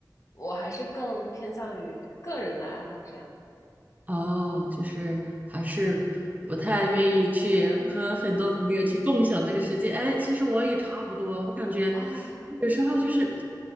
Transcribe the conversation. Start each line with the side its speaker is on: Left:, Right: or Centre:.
Left: 我还是更偏向于个人的爱好这样
Right: 哦，就是还是不太愿意去和很多朋友去共享这个时间。哎，其实我也差不多，我感觉
Left: 啊。
Right: 有时候就是